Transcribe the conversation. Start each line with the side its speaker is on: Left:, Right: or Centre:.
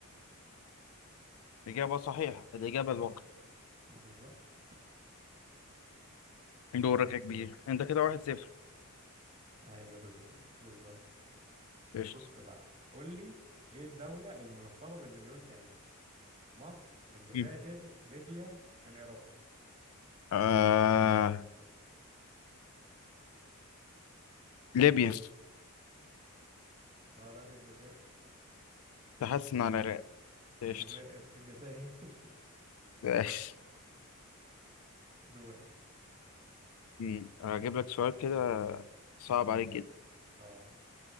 Left: إجابة صحيحة الإجابة الوقت
Right: بالظبط
Left: دورك يا كبير أنت كده واحد صفر
Right: ايوه بز- بالظبط
Left: قشطة
Right: بص بقى قول لي ايه الدولة الملقبة بالمليون شهيد مصر الجزائر
Left: مم.
Right: ليبيا العراق
Left: آه... ليبيا
Right: غلط الجزائر
Left: تحسن على العراق قشطة
Right: الجزائر الجزائر
Left: ماشي.
Right: <laughs> دورك
Left: مم. هجيب لك سؤال كده صعب عليك جدا
Right: اه